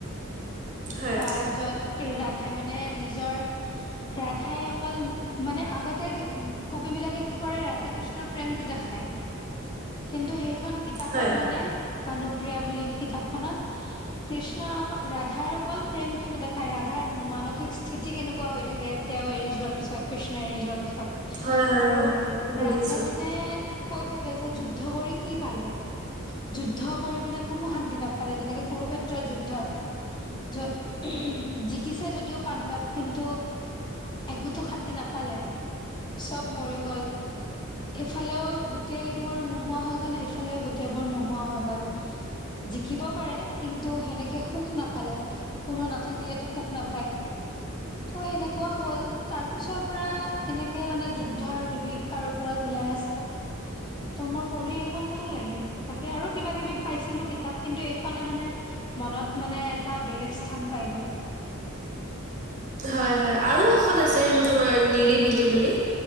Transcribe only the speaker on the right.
হয়,
হয়,
হয়, হয়, হয়,
হয় হয়, বুজিছো।
হয়, হয় আৰু এখন আছে হেনো, তোমাৰ নিৰিবিলি বুলি।